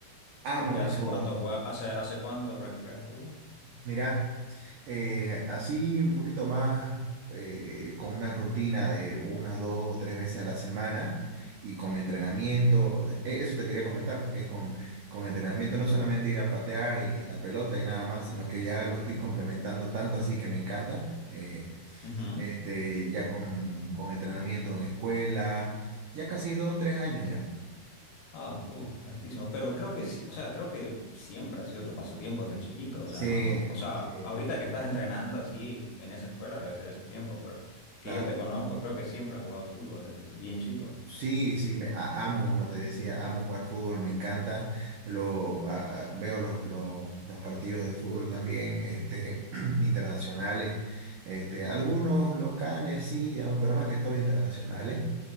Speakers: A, on the right; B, on the left.
A: amo
B: ok. ¿Hace
A: el fútbol.
B: cuánto jugá- hace, hace cuánto practicabas fútbol?
A: Mira, eh, así un poquito más eh, con una rutina de unas dos o tres veces a la semana y con entrenamiento, e- eso te quería comentar porque es con, con entrenamiento no solamente ir a patear y la pelota y nada más, sino que ya lo estoy complementando tanto así que me encanta, eh,
B: Ujú.
A: este, ya con, con entrenamiento en escuela, ya casi dos, tres años ya.
B: Ah, fu, hartísimo. Pero creo que sí, o sea, creo que siempre ha sido tu pasatiempo desde chiquito,
A: Sí,
B: o sea, no, no. O sea,
A: sí,
B: ahorita
A: me-
B: que estás entrenando así en esa escuela debe ser ese tiempo, pero que
A: claro.
B: yo te conozco, creo que siempre has jugado fútbol desde bien chico.
A: Sí, sí, me, a- amo, como te decía, amo jugar fútbol, me encanta. Lo, a- a- veo los, los- los partidos de fútbol también, este, <clears throat> internacionales, este, algunos locales, sí, digamos, pero más que todo internacionales.